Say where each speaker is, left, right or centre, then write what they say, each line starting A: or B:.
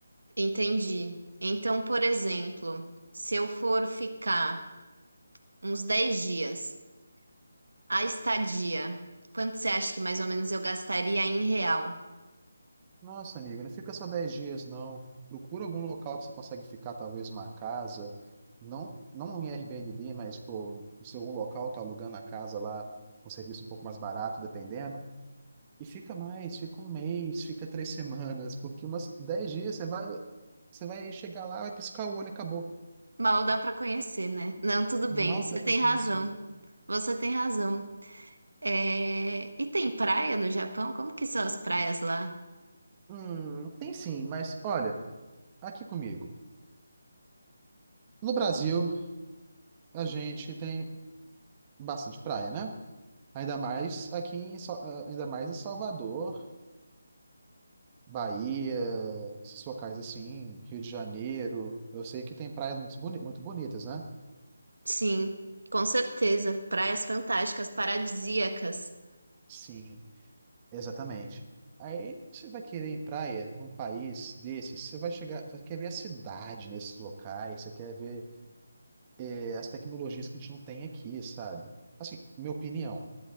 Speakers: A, on the right; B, on the right.
A: entendi. Então, por exemplo, se eu for ficar. uns 10 dias. A estadia. Quanto você acha que mais ou menos eu gastaria em real?
B: Nossa, amigo, não fica só 10 dias, não. Procura algum local que você consegue ficar, talvez uma casa. Não, não em Airbnb, mas, pô, se algum local tá alugando a casa lá, um serviço um pouco mais barato, dependendo. E fica mais, fica um mês, fica três <laughs> semanas, porque umas 10 dias você vai, você vai chegar lá, vai piscar o olho e acabou.
A: Mal dá pra conhecer, né? Não, tudo bem.
B: Mal
A: Você
B: dá pra
A: tem
B: conhecer.
A: razão. Você tem razão. É, E tem praia no Japão? Como que são as praias lá?
B: Hum, tem sim, mas olha, aqui comigo. No Brasil, a gente tem bastante praia, né? Ainda mais aqui em, Sa- ah, ainda mais em Salvador, Bahia, esses locais assim, Rio de Janeiro. Eu sei que tem praias muito, boni- muito bonitas, né?
A: Sim, com certeza. Praias fantásticas, paradisíacas.
B: Sim, exatamente. Aí você vai querer ir em praia num país desses, você vai chegar, você quer ver a cidade nesses locais, você quer ver eh, as tecnologias que a gente não tem aqui, sabe? Assim, minha opinião,